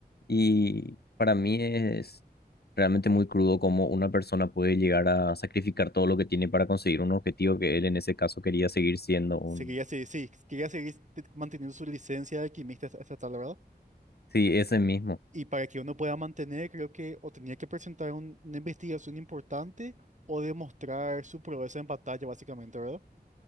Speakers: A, on the left; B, on the right.
A: Y para mí es realmente muy crudo cómo una persona puede llegar a sacrificar todo lo que tiene para conseguir un objetivo que él en ese caso quería seguir siendo un...
B: Se quería, seguir- sí, quería seguir te- manteniendo su licencia de alquimista hasta hasta tal, ¿verdad?
A: Sí, ese mismo.
B: Y para que uno pueda mantener, creo que o tenía que presentar un- una investigación importante o demostrar su proeza en batalla, básicamente, ¿verdad?